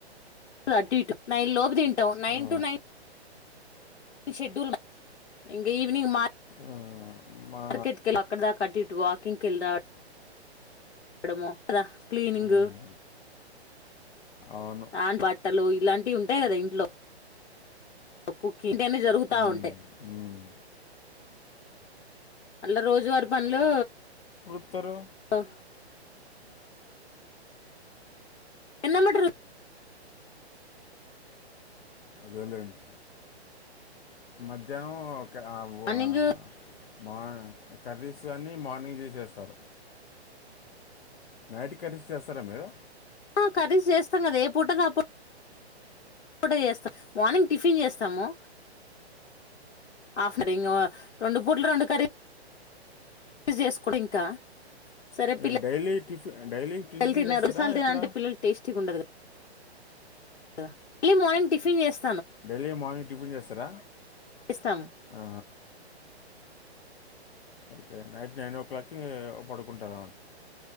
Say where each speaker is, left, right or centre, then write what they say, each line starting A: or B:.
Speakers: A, on the left; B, on the left.
A: థట్టిటు నైన్ లోపు తింటాం నైన్
B: ఆ,
A: టు నైన్ ఇ షెడ్యూల్ ఇంకా ఈవవ్నింగ్ మ
B: ఆ, మా
A: క్రికెట్ కె అక్కదాకా అటి ఇట్ వాకింగ్ ఎల్లి రావడమో క్లీనింగ్
B: మ్, అవును
A: ఆన్ పట్ బట్టలు ఇలాంటివి ఉంటాయి కదా ఇంట్లో కుకి ఇంటి అనే జరుగుత
B: ఉమ్,
A: ఉంటాయి
B: ఉమ్.
A: అల రోజువారి పనులూ
B: అత్తరు
A: ఆహ ఎన్నం మటరు
B: అదెలెండి మధ్యనము ఓ క్యావువా
A: మార్నింగ్
B: వావ్ కర్రీ సన్ని మానిజె జెస్తారు యాడి కలిస్తే వొస్తారా మీరు
A: అ కర్రీస్ చేస్తున్నది ఏపూటది అపు ఇప్పుడె చేస్తాము మార్నింగ్ టిఫిన్ చేస్తాము ఆప్రింగు ఓ రెండు పూట్లు రెండు కర్రీలు చేసుకుంటే ఇం ఇంకా సరే
B: ఏ,
A: పిల్ల
B: డైలీ టిఫిన్ డైలీ టిఫిన్
A: పిల్లలు తిన్నారు
B: చేస్తారా
A: రెండుసాలు తినంటే
B: ఎట్లా
A: పిల్లలు టేస్టీగా ఉండదు కదా ఎ ఎర్లీ మార్నింగ్ టిఫిన్ చేస్
B: డైలి మాని స్తా ర
A: చేస్తాము
B: ఆ ఓకే నైట్ నైన్ ఓ క్లాక్కి పడుకుంటార